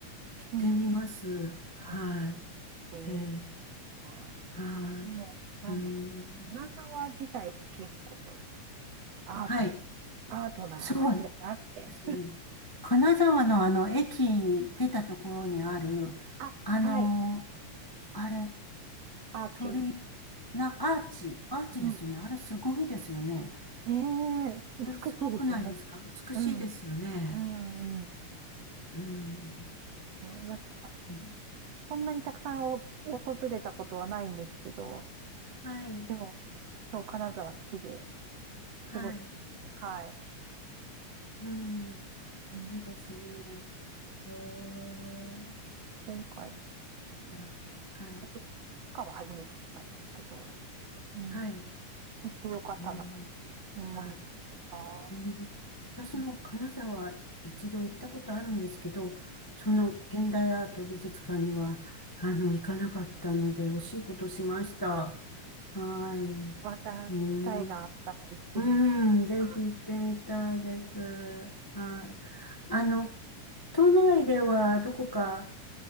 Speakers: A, on the left; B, on the right.
A: 行ってみます。
B: うん。ぜ
A: はい。
B: ひ、行ってみてください。
A: えー、はい。
B: もう、
A: うーん。
B: なんでしょう。金沢自体が結構、アート、
A: はい。
B: アートな街だなって。
A: そうですね。金沢のあの、駅出たところにある、
B: あ、
A: あの、
B: はい。
A: あれ、
B: アーチ。
A: 鳥居な、アーチ、アーチですよね。
B: うん。
A: あれすごいですよね。
B: ねえ、
A: あれすごくないですか美しいですよね。
B: 美しいですよね。うん。うん、うん。
A: うん。
B: そうなんか、
A: うん
B: そんなにたくさんお訪れたことはないんですけど、
A: はい。
B: でも、そう、金沢好きで、
A: はい。
B: すごい好きです。は
A: うん。
B: い。うん、
A: いいですね。へえ、
B: 今回、
A: か、はい、
B: はじめ、いつかは初めて行ったんですけど、うん、
A: はい、
B: 行ってよかったなと思いました。
A: へえ、はい。うん私も金沢一度行ったことあるんですけど、
B: うん
A: その現代アート美術館には、あの、行かなかったので、惜しいことしました。はい。
B: また機会があったら行ってみてください。
A: うん、うん、ぜひ行ってみたいです。はい。あの、都内ではどこか